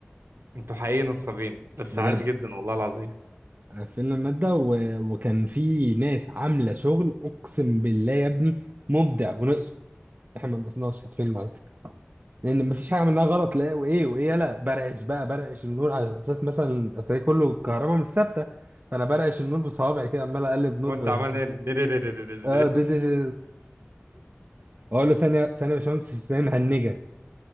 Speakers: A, on the right (about 70°); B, on the right (about 45°).
A: انتوا حقيقي نصابين بس
B: بجد
A: عاش جدا والله العظيم
B: قفلنا الماده و... وكان في ناس عامله شغل اقسم بالله يا ابني مبدع ونقصه احنا ما نقصناش قفلنا عادي. لان مفيش حاجه عملناها غلط لا وايه وايه يلا برعش بقى برعش النور على اساس مثلا اصل هي كله كهرباء مش ثابته فانا برعش النور بصوابعي كده عمال اقلب نور
A: هو انت
B: ب...
A: عمال ايه <laughs>
B: اه ده ده ده اقول له ثانيه ثانيه يا باشمهندس ثانيه مهنجه